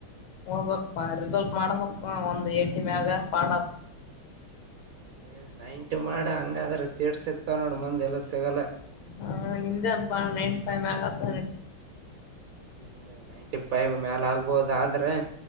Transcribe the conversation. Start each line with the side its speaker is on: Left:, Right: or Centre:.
Left: ಹೋಗ್ಬಕ್ಪ್ಪಾ ರಿಸಲ್ಟ್ ಮಾಡಬೇಕಕ್ ಒಂದ್ ಏಟಿ ಮ್ಯಾಗ ಪಾಡ
Right: ಹ್ಮ ನೈಂಟು ಮಾಡ ಹಂಗಾದ್ರ ಸೇರ್ಸಕ್ತಾವ ನೋಡ ಮಂದ್ ಎಲ್ಲ ಸಿಗಲ್ಲ
Left: ಹ ನಿಂತಪ್ಪಾ ನೈನ್ಟ ಫೈವ್ ಮಗಾತ
Right: ನಮ್ದೇ ನೈಂಟಿ ಫೈವ್ ಮೇಾಲ ಆಗ್ಬೋದ ಆದ್ರೆ